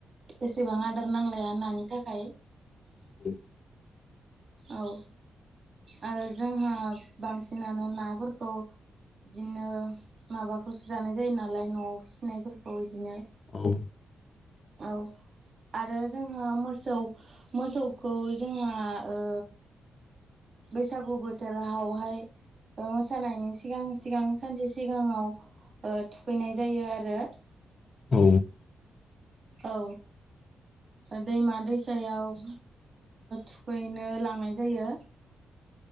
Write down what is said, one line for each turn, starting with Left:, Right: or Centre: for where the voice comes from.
Right: एसेबां आदार नांलाया नानि थाखाय।
Left: औ
Right: औ ओ जोंहा बांसिनानो नाफोरखौ बिदिनो माबाखौसो जानाय जायो नालाय न'आव फिसिनायफोरखौ बिदिनो।
Left: औ।
Right: औ आरो जोंहा मो सौ मोसौखौ जोंहा ओ बैसागु बोथोरहावहाय मोसानायनि सिगां सिगां सानसे सिगाङाव थुखैनाय जायो आरो।
Left: औ।
Right: औ। दैमा दैसायाव थुखैनो लांनाय जायो।